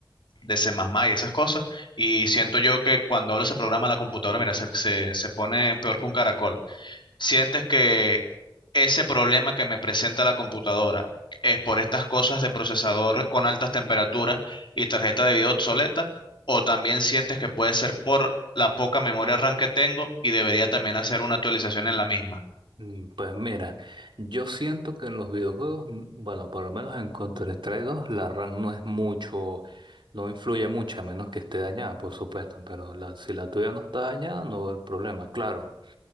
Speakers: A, on the left (about 80°); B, on the right (about 80°).
A: de C++ y esas cosas, y siento yo que cuando hablo ese programa a la computadora, mira, se, se, se pone peor que un caracol. Sientes que ese problema que me presenta la computadora es por estas cosas de procesador con altas temperaturas y tarjeta de video obsoleta, o también sientes que puede ser por la poca memoria RAM que tengo y debería también hacer una actualización en la misma.
B: Mm, Pues mira, yo siento que en los videojuegos, mm, bueno, por lo menos en Counter-Strike dos la RAM no es mucho, no influye mucho, a menos que esté dañada, por supuesto, pero la- si la tuya no está dañada, no va a problema, claro.